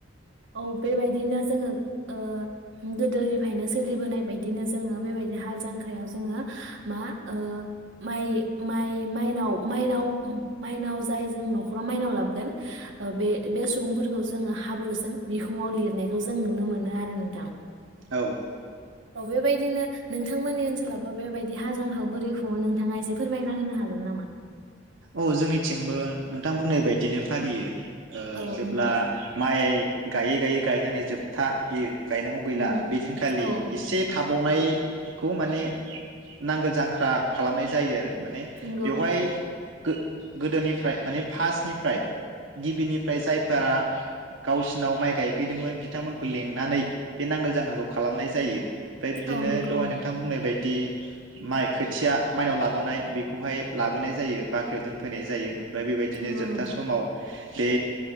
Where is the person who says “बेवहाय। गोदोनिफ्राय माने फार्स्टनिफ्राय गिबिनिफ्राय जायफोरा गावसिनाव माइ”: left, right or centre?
Right